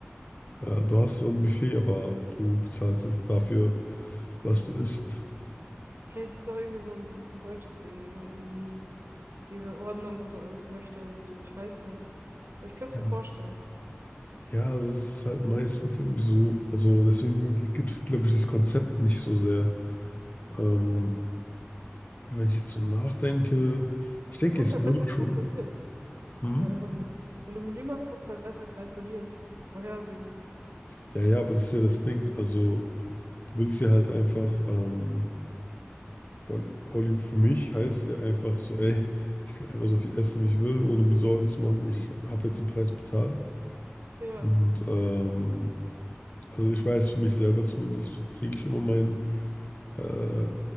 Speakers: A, on the left (about 40°); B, on the right (about 65°).
A: äh, du hast so ein Buffet, aber du bezahlst jetzt dafür, was du isst.
B: Ja, Vielleicht ist es auch irgendwie so ein, so ein deutsches Ding, wenn man irgendwie diese Ordnung und so alles möchte oder so. Ich weiß nicht. Also ich könnte es
A: Ja.
B: mir vorstellen.
A: Ja, also es ist halt meistens irgendwie so. Also deswegen gibt es, glaube ich, dieses Konzept nicht so sehr. Ähm, wenn ich jetzt so nachdenke, ich denke,
B: Man kann
A: es
B: es halt
A: wird
B: besser
A: schon.
B: kalkulieren.
A: Hm?
B: Wenn du einfach, ein- wenn du ein Menü machst, kannst du halt besser kalkulieren, vorhersehen.
A: Ja, ja, aber das ist ja das Ding. Also du willst ja halt einfach. Ähm, All all you für mich heißt ja einfach so, ey, ich kann einfach so viel essen, wie ich will, ohne mir Sorgen zu machen. Ich habe jetzt den Preis bezahlt.
B: Ja,
A: Und ähm, also ich weiß für mich selber zumindest, kriege ich immer mein, äh,